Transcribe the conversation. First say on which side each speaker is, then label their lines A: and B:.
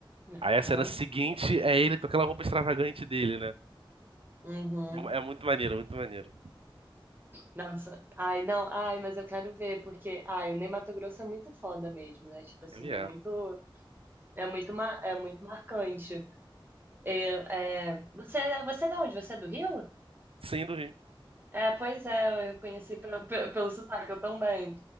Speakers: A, on the right (about 25°); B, on the right (about 90°).
A: Aham,
B: Aí a cena seguinte é ele com aquela roupa extravagante dele, né?
A: Uhum.
B: É muito maneiro, muito maneiro.
A: Nossa. Ai, não. Ai, mas eu quero ver, porque. Ai, o Ney Matogrosso é muito foda mesmo, né? Tipo assim,
B: Ele é.
A: é muito. É muito, ma- é muito marcante. Eu, é... Você, você é de onde? Você é do Rio?
B: Sim, do Rio.
A: É, pois é, eu conheci pelo, pelo, pelo sotaque, eu também.